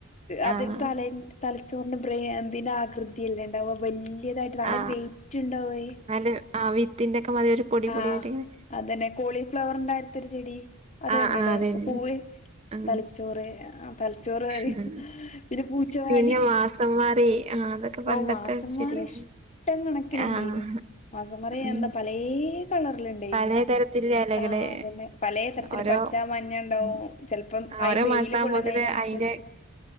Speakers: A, on the left; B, on the right.
A: അത്
B: ആഹ്
A: തല തലച്ചോറിന് ബ്രയി ഇതിന ആകൃതിയല്ലണ്ടവ വല്യ പുതിയതായിട്ട് നല്ല
B: ആഹ്
A: വെയിറ്റ് ഉണ്ടാവേ
B: ന്നാല് ആ വിത്തിന്റെ ഒക്കെ മാതിരി ഒരു പൊടി പൊടിയായിട്ടിങ്ങനെ
A: ആഹ്അതന്നെ കോളിഫ്ലവറിന്റെ അരത്തരു ചെടി അത്
B: ആഹ്
A: കണ്ടുട
B: ആഹ് അതന്നെ
A: പൂവ്
B: ആഹ്
A: തലച്ചോറ് അഹ് തലച്ചോറ് കറ
B: ആഹ്
A: പിന്നെ പൂച്ചവാലി
B: പിന്നെ മാസംമാറി ആഹ് അതൊക്കെ പണ്ടത്തെ
A: ഓ മാസന്മാറി
B: ചെടികള്
A: ഇഷ്ടം കണക്കിനുണ്ടായി
B: ആഹ്
A: നി ഇ മാസന്മാ
B: ഉം
A: എന്ത പലേ കളറിലിണ്ടേനി
B: പലതരത്തിലുള്ള ഇലകള്
A: ആഹ് ആഹ് അതന്നെ പലേ തരത്തില്
B: ഓരോ
A: പച്ച മഞ്ഞ ഇണ്ടാവും
B: ഉം
A: ചെലപ്പം അയ്
B: ഓരോ
A: വെയില്
B: മാസാകുമ്പോത്തിന്
A: കൊള്ളണേന് അതിനനുസരിച്ച്
B: അയിന്റെ